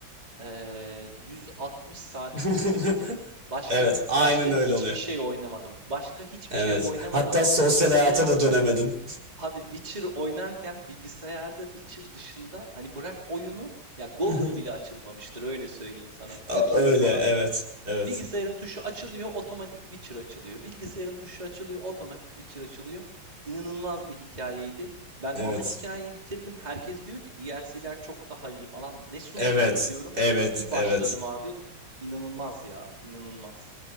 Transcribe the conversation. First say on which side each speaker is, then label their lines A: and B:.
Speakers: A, on the right (about 20°); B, on the right (about 50°).
A: Eee, 160 saat
B: <laughs>
A: sürdü bitirdim. Başka
B: Evet, aynen
A: başka
B: öyle
A: hiçbir
B: oluyor.
A: şey oynamadım. Başka hiçbir
B: Evet.
A: şey oynamadım.
B: Hatta sosyal
A: Bilgisayarda
B: hayata da dönemedin.
A: abi Witcher oynarken bilgisayarda Witcher dışında hani bırak oyunu ya Google
B: <laughs>
A: bile açılmamıştır öyle söyleyeyim sana.
B: A-
A: Bir girdim
B: Öyle,
A: abi.
B: evet. Evet.
A: Bilgisayarın tuşu açılıyor, otomatik Witcher açılıyor. Bilgisayarın tuşu açılıyor, otomatik Witcher açılıyor. İnanılmaz bir hikayeydi. Ben
B: Evet.
A: ana hikayeyi bitirdim. Herkes diyor ki DLC'ler çok daha iyi falan. Ne sunabilir
B: Evet.
A: diyorum.
B: Evet.
A: Bir
B: Evet.
A: başladım abi. İnanılmaz ya, inanılmaz.